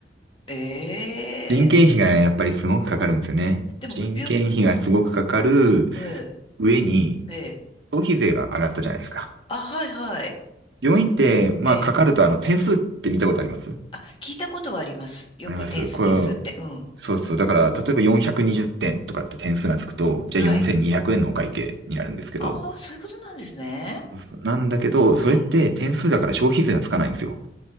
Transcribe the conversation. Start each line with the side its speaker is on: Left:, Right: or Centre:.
Left: え
Right: 人件費がね、やっぱりすごくかかるんですよね。
Left: ー、でも、
Right: 人件費がすごくかかる
Left: 病、え
Right: 上に、
Left: えええ
Right: 消費税が上がったじゃないですか。
Left: あ、はい、はい。
Right: 病院って、まあ、
Left: ええ
Right: かかると、あの、点数って見たことあります
Left: あ、聞いたことはあります。よく点数、
Right: あります。これ
Left: 点数って。うん。
Right: そうそう。だから、例えば420点とかって点数がつくと、じゃあ4200円のお会計になるんですけど、
Left: はい。ああ、そういうことなんですね。
Right: そうそうなんだけど、それって点数だから消費税がつかないんですよ。
Left: うん。うん。